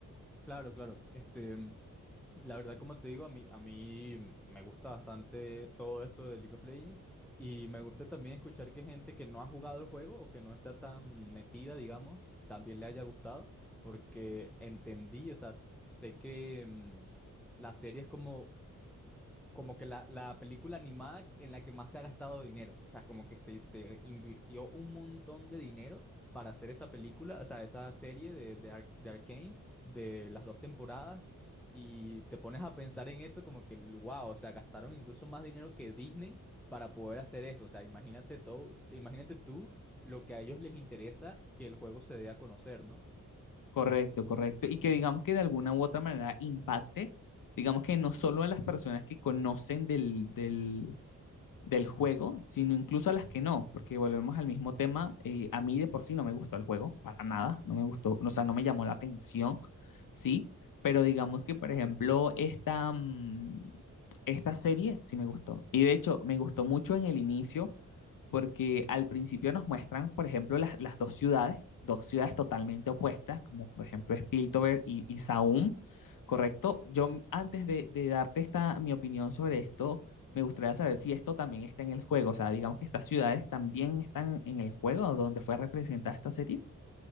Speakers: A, in the centre; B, on the left.
A: Claro, claro. Este, la verdad, como te digo, a mí, a mí me gusta bastante todo esto de League of Legends y me gusta también escuchar que gente que no ha jugado el juego o que no está tan metida, digamos, también le haya gustado, porque entendí, o sea, sé que mm, la serie es como como que la, la película animada en la que más se ha gastado dinero. O sea, como que se, se invirtió un montón de dinero para hacer esa película, o sea, esa serie de, de, Ar- de Arcane, de las dos temporadas. Y te pones a pensar en eso como que, wow, o sea, gastaron incluso más dinero que Disney para poder hacer eso. O sea, imagínate todo, imagínate tú lo que a ellos les interesa que el juego se dé a conocer, ¿no?
B: Correcto, correcto. Y que digamos que de alguna u otra manera impacte, digamos que no solo a las personas que conocen del, del, del juego, sino incluso a las que no, porque volvemos al mismo tema, eh, a mí de por sí no me gustó el juego, para nada, no me gustó, o sea, no me llamó la atención, ¿sí? Pero digamos que, por ejemplo, esta, mm, esta serie sí me gustó. Y de hecho, me gustó mucho en el inicio porque al principio nos muestran, por ejemplo, las, las dos ciudades, dos ciudades totalmente opuestas, como por ejemplo Spiltover y, y Saum, ¿correcto? Yo antes de, de darte esta, mi opinión sobre esto, me gustaría saber si esto también está en el juego, o sea, digamos que estas ciudades también están en el juego donde fue representada esta serie,